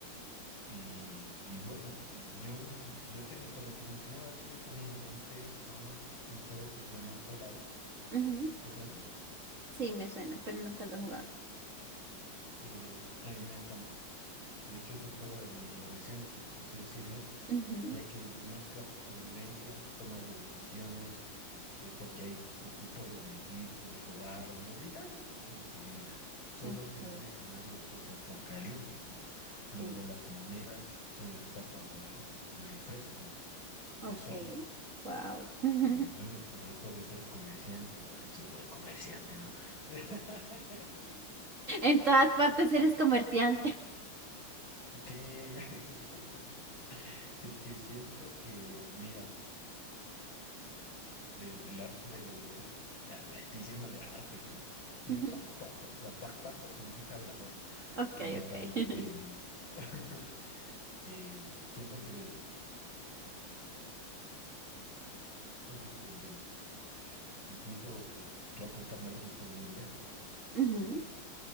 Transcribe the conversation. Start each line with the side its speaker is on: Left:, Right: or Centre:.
Left: Y, y bueno, eh, yo, mm, yo tenía, cuando te mencionaba eso, yo tenía en mente a un juego que se llama Fallout.
Right: Ujú.
Left: ¿Te suena?
Right: Sí, me suena, pero nunca lo he jugado.
Left: Eh, a mí me encanta. De hecho, es el juego de mi adolescencia, por así decirlo,
Right: Ujú.
Left: ya que mezcla supervivencia, toma de decisiones, eh, porque ahí mm, puedes mentir, puedes robar, o sea, literalmente como tu vida, solo
Right: Ok,
Left: que en un escenario posapocalíptico, donde
Right: sí.
Left: las monedas son las tapas de de refresco,
Right: Ok,
Left: de soda.
Right: wow. <laughs>
Left: Y bueno,
Right: <laughs>
Left: pues ahí puede ser comerciante y bueno, aquí el buen comerciante, ¿no? <laughs>
Right: En todas partes eres comerciante.
Left: Sí, <laughs> es que siento que, mira, el, el arte de vender, ah, mira, diciéndole arte, ¿no? bien
Right: Ujú,
Left: pajpaco, o sea, pajpaco significa hablador
Right: Ok,
Left: en mi
Right: ok.
Left: país. eh, <laughs> eh, siento que en un momento vendemos. Incluso eh, tú al contarme algo me estás vendiendo una idea,
Right: <laughs> ujú,